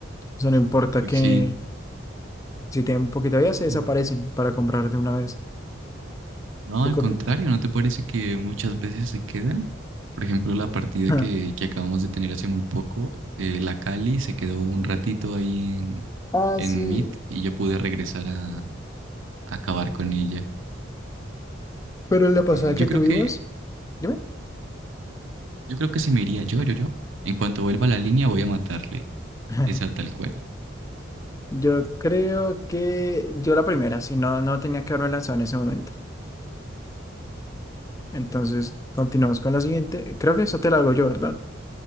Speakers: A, on the left; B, on the right.
A: sea, no importa
B: Uy,
A: que
B: sí.
A: si tienen poquita vida, se desaparecen
B: Mm.
A: para comprar de una vez.
B: No,
A: ¿Tú
B: al
A: qué
B: contrario,
A: opinas?
B: ¿no te parece que muchas veces se quedan? Por ejemplo, la partida
A: <laughs>
B: que, que acabamos de tener hace muy poco, eh, la Cali se quedó un ratito ahí en,
A: Ah,
B: en
A: sí.
B: Meet y yo pude regresar a, acabar con ella.
A: Pero la
B: Eh,
A: pasada que
B: yo
A: tuvimos,
B: creo que,
A: dime.
B: yo creo que si me iría yo, yo, yo, en cuanto vuelva a la línea voy a matarle.
A: <laughs>
B: Esa tal cual.
A: Yo creo que yo la primera, si no, no tenía que haberme lanzado en ese momento. Entonces, continuamos con la siguiente. Creo que eso te la hago yo, ¿verdad?